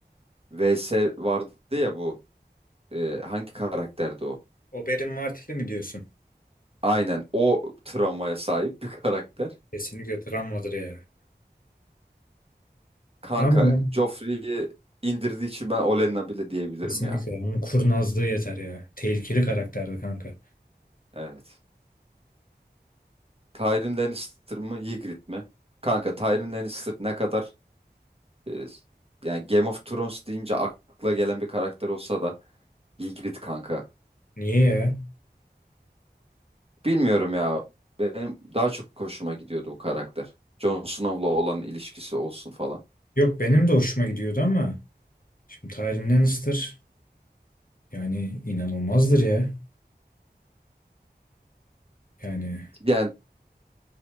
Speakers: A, on the right (about 35°); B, on the left (about 55°).
A: VS vardı ya bu. E, hangi karakterdi o?
B: Oberyn Martell'i mi diyorsun?
A: Aynen o travmaya sahip bir karakter.
B: Kesinlikle travmadır ya.
A: Kanka
B: Ama
A: Joffrey'i indirdiği için ben Olenna bile diyebilirim
B: Kesinlikle.
A: ya.
B: Onun kurnazlığı yeter ya. Tehlikeli karakterdi kanka.
A: Evet. Tyrion Lannister mı Ygritte mi? Kanka Tyrion Lannister ne kadar e, yani Game of Thrones deyince akla gelen bir karakter olsa da Ygritte kanka.
B: Niye ya?
A: Bilmiyorum ya. Benim daha çok hoşuma gidiyordu bu karakter. Jon Snow'la olan ilişkisi olsun falan.
B: Yok benim de hoşuma gidiyordu ama şimdi Tyrion Lannister yani inanılmazdır ya. Yani
A: Yani